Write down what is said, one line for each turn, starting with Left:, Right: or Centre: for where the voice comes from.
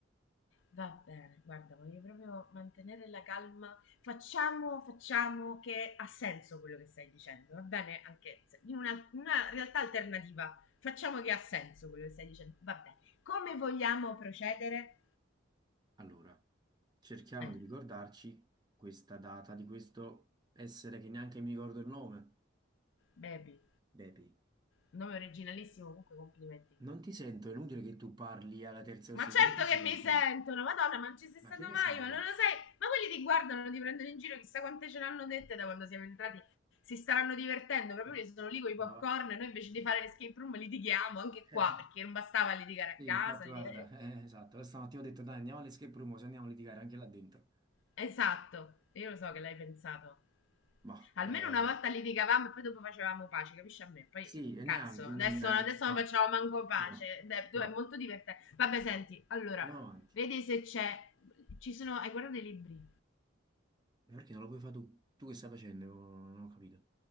Left: Va bene, guarda, voglio proprio mantenere la calma. Facciamo, facciamo che ha senso quello che stai dicendo, va bene? Anche se- in una, in una realtà alternativa, facciamo che ha senso quello che stai dicendo, va bene. Come vogliamo procedere?
Right: Allora, cerchiamo
Left: Eh,
Right: di ricordarci questa data di questo essere che neanche mi ricordo il nome.
Left: baby,
Right: Bepi,
Left: nome originalissimo, comunque complimenti.
Right: non ti sento, è inutile che tu parli alla terza o
Left: Ma
Right: sei,
Left: certo
Right: non ti sentono.
Left: che mi sentono, Madonna, ma non ci sei
Right: Ma
Left: stato
Right: che ne
Left: mai,
Right: sai?
Left: ma non lo sai. Ma quelli ti guardano, ti prendono in giro, chissà quante ce l'hanno dette da quando siamo entrati. Si staranno divertendo, proprio
Right: Eh,
Left: lì sono lì con i popcorn
Right: Ma va.
Left: e noi invece di
Right: Eh,
Left: fare l'escape room litighiamo anche qua,
Right: <laughs> eh,
Left: perché non bastava litigare
Right: sì,
Left: a casa.
Right: infatti,
Left: litigare-
Right: guarda, eh, esatto. Stamattina ho detto, dai, andiamo all'escape room, se andiamo a litigare anche là dentro.
Left: Esatto, io lo so che l'hai pensato.
Right: Ma
Left: Almeno
Right: eh,
Left: una volta litigavamo e poi dopo facevamo pace, capisci a me? Poi,
Right: sì, e neanche,
Left: cazzo, adesso,
Right: no, neanche,
Left: adesso
Right: no,
Left: non facciamo manco pace.
Right: no,
Left: Beh,
Right: no,
Left: tu- è molto divertente. Vabbè, senti, allora,
Right: andiamo avanti.
Left: vedi se c'è... Ci sono... Hai guardato i libri?
Right: Ma Perché non lo puoi fare tu? Tu che stai facendo? Non ho capito.